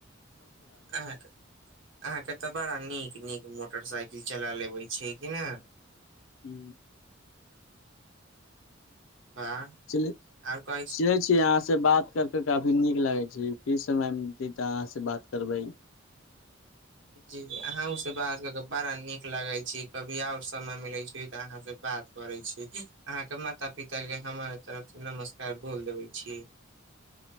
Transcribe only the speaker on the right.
आहा के त बड़ा नीक नीक मोटरसाइकिल चला लेबै छै कि नहि
वाह
आर कहै छी
जी अहु से बात क के बड़ा नीक लागे छी कभी आउ समय मिले छै त अहाँ से बात करे छी अहाँके माता पिता के हमारे तरफ से नमस्कार बोल देबे छी